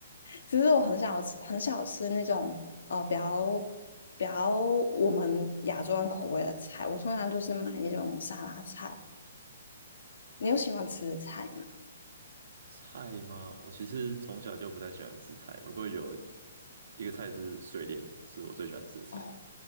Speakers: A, on the left; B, on the right.
A: 其实我很少吃，很少吃那种呃比较比较我们亚洲人口味的菜，我通常就是买那种沙拉菜。你有喜欢吃的菜吗？
B: 菜吗？我其实从小就不太喜欢吃菜，不过有一个菜是水莲，是我最喜欢吃的菜，
A: 哦，